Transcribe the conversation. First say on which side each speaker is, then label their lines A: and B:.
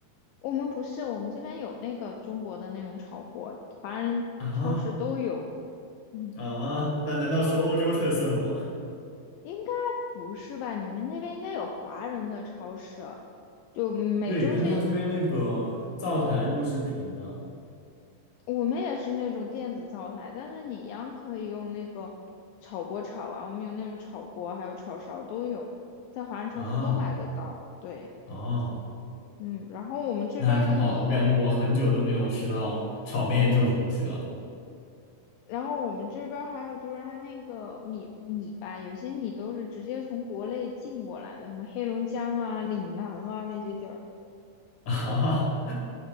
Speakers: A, on the left; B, on the left.
A: 我们不是，我们这边有那个中国的那种炒锅，华人超市都有。
B: 啊
A: 嗯，
B: 啊，那难道是欧洲特色吗？
A: 应该不是吧？你们那边应该有华人的超市，就每周这
B: <laughs> 对，但它这边那个灶台都是平的
A: 我们也是那种电子灶台，但是你一样可以用那个炒锅炒啊。我们有那种炒锅，还有炒勺都有，在华人超市都买得到。
B: 啊
A: 对，
B: 哦。
A: 嗯，然后我们这边儿的米。
B: 那还挺好的，我感觉我很久都没有吃到炒面这种东西了。
A: 然后我们这边儿还有就是它那个米米吧，有些米都是直接从国内进过来的，什么黑龙江啊、岭南啊那些地儿。
B: <laughs> 啊